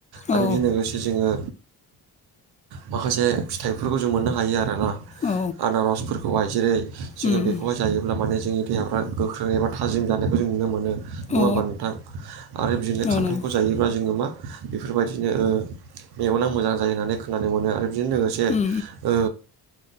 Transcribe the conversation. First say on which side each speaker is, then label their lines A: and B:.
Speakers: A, on the right (about 70°); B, on the left (about 20°).
A: आरो
B: औ
A: बेजों लोग लोगोसे जोङो माखासे फिथाइफोरखौ जों मोननो हायो आरोना।
B: औ उम
A: आनारसफोरखौहाय जेरै जोङो
B: उम
A: बेखौहाय जायोब्ला माने जोंनि देहाफ्रा गोख्रों एबा थाजिम जानायखौ जों नुनो मोनो। नङा
B: औ
A: होमबा नोंथां आरो बिदिनो
B: औ
A: खान्थालखौ
B: औ नंगौ
A: जायोब्ला जोङो मा बेफोरबायदिनो ओ मेगना मोजां जायो होननानै खोनानो मोनो आरो बेजों लोगो से
B: उम
A: ओ